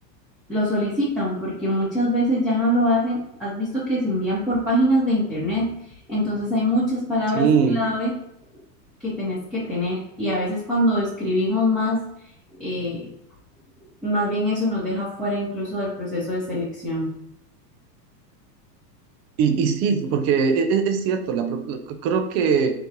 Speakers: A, in the centre; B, on the right.
A: lo solicitan porque muchas veces ya no lo hacen. Has visto que se envían por páginas de internet, entonces hay muchas palabras
B: Sí.
A: clave que tenés que tener y a veces cuando escribimos más, eh, más bien eso nos deja fuera incluso del proceso de selección.
B: Y, y sí, porque e- e- es, cierto, la, pro- la- c- creo que